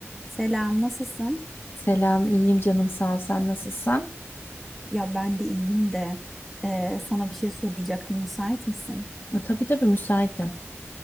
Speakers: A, in the centre; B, on the left (about 50°).
A: Selam, nasılsın?
B: Selam, iyiyim canım sağ ol. Sen nasılsın?
A: Ya ben de iyiyim de e, sana bir şey soracaktım. Müsait misin?
B: E, Tabii tabii müsaitim.